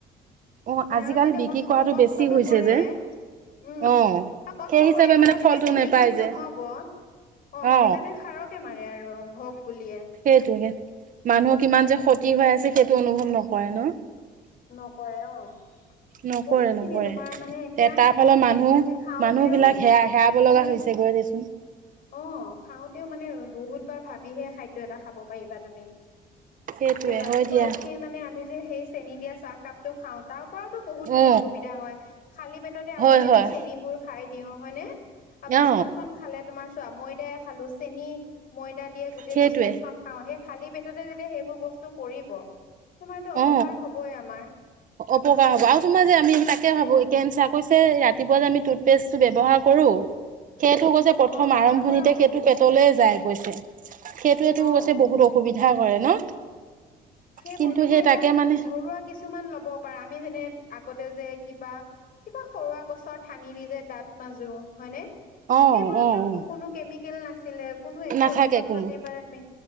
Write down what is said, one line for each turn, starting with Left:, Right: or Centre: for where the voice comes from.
Right: অ
Left: হয়নে
Right: আজিকালি
Left: আৰু যেতিয়া
Right: বিক্ৰী
Left: কষ্ট-
Right: কৰাটো
Left: কষ্টতটো
Right: বেছি হৈছে
Left: কৰে।
Right: যে
Left: উম
Right: অ
Left: আৰু কষ্ট
Right: সেই হিচাপে
Left: কৰি পেলাই
Right: মানে ফলটো
Left: যেতিয়া খেতি
Right: নোপায়
Left: খিনি
Right: যে
Left: নহব। অ
Right: অ
Left: সেইকাৰণে সাৰকে মাৰে আৰু হওক। বুলিয়ে
Right: সেইটে মানুহৰ কিমান যে ক্ষতি
Left: সেইকাৰণে
Right: হৈ আছে সেইটো অনুভৱ নকৰে ন।
Left: নকৰে অ'।
Right: নকৰে-
Left: বহুত খিনি
Right: নকৰে
Left: তোমাৰ
Right: এ
Left: মানে এতিয়া
Right: তাৰ ফালত মানুহ-
Left: এই খাওঁতেও
Right: মানুহ বিলাক হে - হেৰাব
Left: তুমি
Right: লগা হৈছে গৈ। আছোন।
Left: অ খাওঁতেও মানে বহুত বাৰ ভাবিহে খাদ্য এটা খাব পাৰিবা তুমি।
Right: সেইটোৱে
Left: এতিয়া ৰাতিপুৱা
Right: হয় দিয়া
Left: উঠিয়ে মানে আমি যে সেই চেনী দিয়া চাহকাপটো খাওঁ তও কৰাতো বহুতখিনি
Right: অ
Left: অসুবিধা হয় খালি পেটতে আমি
Right: হয়
Left: যেতিয়া
Right: হয়
Left: চেনী বোৰ খাই দিওঁ হয়নে? আৰু বিস্কুট
Right: অ
Left: খন খালে তোমাৰ চোৱা ময়দাই খালো চেনি ময়দা গোটেই
Right: সেইটোৱে
Left: বিস্কুট খাওঁ সেই খালি পেটতে যেতিয়া সেইবোৰ বস্তু পৰিব। তোমাৰতো অপকাৰ
Right: অ,
Left: হবই আমাৰ
Right: অপকাৰ হব আৰু তোমাৰ যে আমি তাকে
Left: উম
Right: ভাবো একে কেন্সাৰ ৰাতিপুৱা যে আমি টুথপেষ্টটো ব্যৱহাৰ কৰো। সেইটো গৈছে প্ৰথম
Left: অ
Right: আৰম্ভণিতে
Left: তাৰ পৰা অসুবিধা
Right: সেইটো পেটলে যায় গৈছে। সেইটোৱেতো
Left: অ
Right: পিছত বহুত অসুবিধা কৰে ন।
Left: সেইবোৰ
Right: কিন্তু
Left: তোমাৰ
Right: সেই
Left: এতিয়া
Right: তাকে মানে
Left: ঘৰুৱা কিছুমান ল'ব পাৰা আমি যেনে আগতে যে কিবা-কিবা সৰুৱা গছৰ ঠানি দি যে দাঁত মাজো হয়নে।
Right: অ
Left: সেইবোৰতটো
Right: অ অ
Left: কোনো কেমি নাছিলে কোনো একো
Right: নাথাকে
Left: ঔষধ
Right: কোনো
Left: পাতি